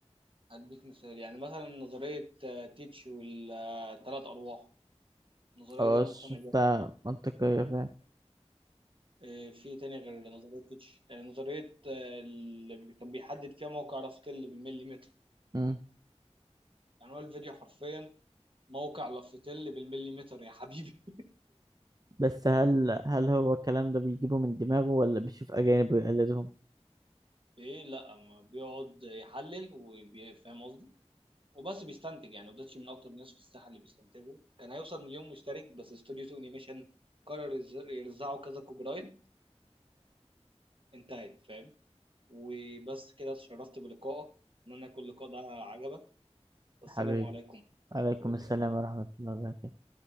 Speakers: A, on the right; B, on the right.
A: هديك مثال يعني مثلا نظرية آه، تيتش والثلاث أرواح النظرية
B: اه
A: دي أنا
B: شفتها
A: مقتنع بيها
B: منطقية فعلا
A: آه، في تاني غير نظرية تيتش آه، نظرية آه، اللي كان بيحدد فيها موقع لافتل بالمليمتر
B: مم.
A: يعني هو الفيديو حرفيا موقع لافتل بالمليمتر يا حبيبي
B: بس هل هل هو الكلام ده بيجيبه من دماغه ولا بيشوف أجانب ويقلدهم
A: <laughs> إيه لأ ما بيقعد يحلل وفاهم قصدي وبس بيستنتج يعني وداتشي من أكتر الناس في الساحة اللي بيستنتجوا كان هيوصل مليون مشترك بس استوديو 2 أنيميشن قرر يز- يرزعه كذا كوبي رايت فانتهت فاهم وبس كده اتشرفت بلقائك اتمنى يكون اللقاء ده عجبك والسلام
B: حبيبي
A: عليكم ورحمة
B: عليكم
A: الله
B: السلام
A: وبركاته
B: ورحمة الله وبركاته